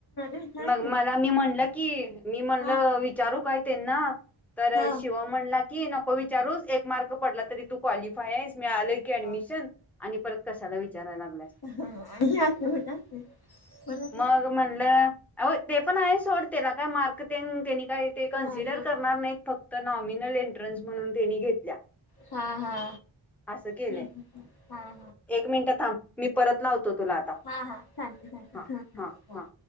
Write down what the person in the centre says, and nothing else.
मग मला मी म्हणलं की मी म्हणल
विचारू काय त्यांना तर
शिव म्हणला की नको विचारू एक मार्क पडला तरी तू क्वालिफाय आहेस मी आलय की ऍडमिशन
आणि परत कशाला विचारायला लागल्यास
मग म्हणटलं ते पण आहे सोडला काय मार्क काय कन्सिडर
करणार नाहीत फक्त नॉमल एंट म्हणून घेत
असं केलंय
एक मिनिट थांब मी परत लावतो तुला आता
हा हा हा